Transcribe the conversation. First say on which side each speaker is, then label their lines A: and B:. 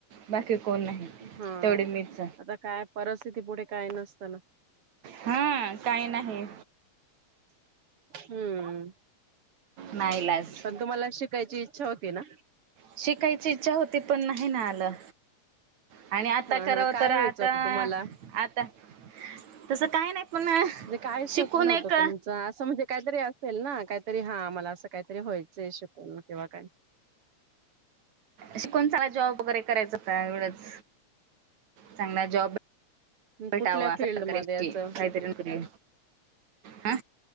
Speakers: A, on the right (about 70°); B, on the right (about 50°).
A: बाकी कोण नाही
B: हा
A: तेवढी मीच
B: आता काय परिस्थिती पुढे काय नसत ना
A: हा काय नाही
B: हम्म,
A: नाईलाज
B: पण तुम्हाला शिक कायची इच्छा होती ना.
A: शीकायची इच्छा होती पण नाही ना आलं. आणि आता
B: हा
A: करावं
B: हा काय
A: तर आता,,
B: व्हायचं होतं तुम्हाला?
A: आता तसं काय नाही पण
B: म्हणे काय स्वप्नव्हतं
A: शिकून एक
B: तुमचं असं म्हणजे काहीतरी असेल ना, काहीतरी हा मला असं काहीतरी व्हायचंय शिकून किंवा काय
A: शीकून चांगला जॉब वगैरे करायचं होता एवढंच,, चांगला जॉब बैटावा,
B: कुठल्या
A: असं
B: फील्डमध्ये
A: सरकार या
B: असं
A: काहीतरी क हा